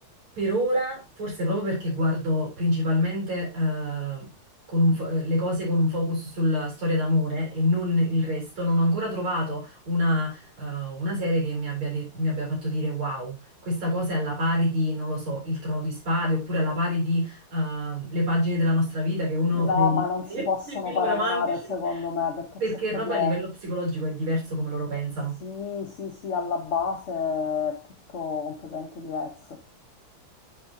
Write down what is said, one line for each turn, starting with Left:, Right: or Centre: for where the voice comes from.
Right: per ora, forse proprio perché guardo principalmente eh, con un fo- eh, le cose con un focus sulla storia d'amore e non il resto, non ho ancora trovato una, eh, una serie che mi abbia, de- mi abbia fatto dire wow, questa cosa è alla pari di, non lo so, Il Trono di Spade oppure alla pari di ehm, Le pagine della nostra vita, che è uno
Left: No,
Right: dei
Left: ma non
Right: <laughs>
Left: si possono
Right: dei film
Left: paragonare
Right: romantici,
Left: secondo me perché
Right: perché
Left: c'è proprio...
Right: proprio a livello psicologico è diverso come loro pensano.
Left: Sì, sì, sì, alla base è tutto completamente diverso.